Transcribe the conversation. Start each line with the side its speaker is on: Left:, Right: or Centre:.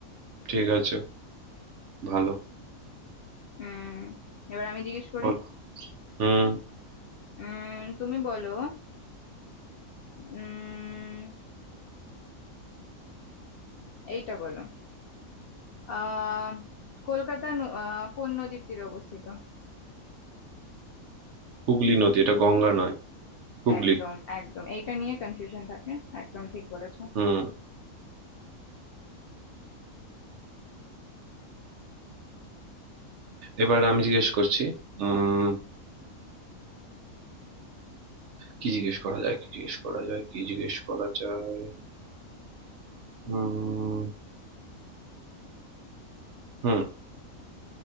Right: ঠিক আছে ভালো
Left: উম এবার আমি জিজ্ঞেস করি
Right: বলো হুম
Left: উম তুমি বলো উম এইটা বলো আহ কলকাতা ন- আহ, কোন নদীর তীরে অবস্থিত
Right: হুগলি নদী এটা গঙ্গা নয় হুগলি
Left: একদম একদম এইটা নিয়ে কনফিউশন থাকে একদম ঠিক বলেছো
Right: হুম এবার আমি জিজ্ঞেস করছি উম কি জিজ্ঞেস করা যায় কি জিজ্ঞেস করা যায় কি জিজ্ঞেস করা যায় উম হুম